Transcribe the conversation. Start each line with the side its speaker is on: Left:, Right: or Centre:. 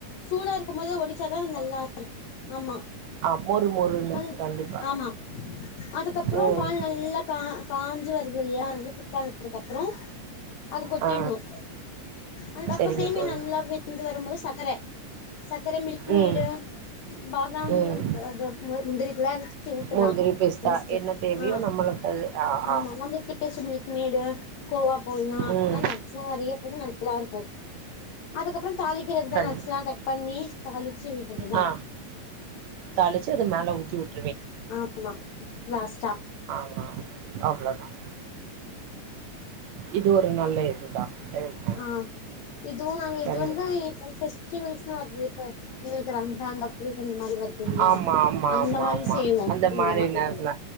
Left: சூடா இருக்கும் போது ஒடிச்சாதான் நல்லா இருக்கும் ஆமா
Right: ஆ மொறு மொறுன்னு
Left: அது
Right: கண்டிப்பா.
Left: ஆமா அதுக்கப்புறம்
Right: ம்.
Left: பால் நல்லா கா காஞ்சு வருது இது இல்லையா வந்து திக்காந்ததுக்கு அப்புறம் அது கொட்டிணும்
Right: ஆ
Left: அ அப்ப
Right: சரிங்க
Left: சேமியா
Right: தோழி.
Left: நல்லா வெந்து வரும்போது சக்கரை சக்கர மில்க் மேடு
Right: ம்,
Left: பாதாம்
Right: ம்.
Left: அது முந்திரிக்குள்ள அறச்சு ஊத்தலாம்
Right: முந்திரி, பிஸ்தா
Left: பேஸ்ட்
Right: என்ன தேவையோ
Left: ஆ
Right: நம்மளுக்கு அது ஆ,
Left: ஆமா
Right: ஆ.
Left: வந்து பேஸ்ட் ய மில்க் மேடு கோவா போடல்லாம்
Right: ம்.
Left: நட்ஸ் நிறையா போடு நல்லா இருக்கும் அதுக்கப்புறம் தாளிக்கிறது தான
Right: கண்டி
Left: நட்ஸெலாம் கட் பண்ணி தாளிச்சு விட்டறது தான்
Right: ஆ தாளிச்சு அது மேலே ஊத்தி விட்டு
Left: ஆமா லாஸ்ட்
Right: ஆமா அவ்ளதான் இது ஒரு நல்ல இதுதான் ஏன்னா
Left: ஆ இதுவும் நாங்க இது
Right: கண்டிப்பா.
Left: வந்து பெஸ்டிவல்ஸ்ன வருது இப்போ எங்களுக்கு ரம்ஜான் பக்ரீத் அந்த மாதிரி வருது இல்லையா
Right: ஆமா ஆமா
Left: அந்த
Right: ஆமா
Left: மாரி
Right: ஆமா
Left: செய்வோ
Right: அந்த
Left: இந்த
Right: மாதிரி
Left: மா
Right: நேரத்துல
Left: இது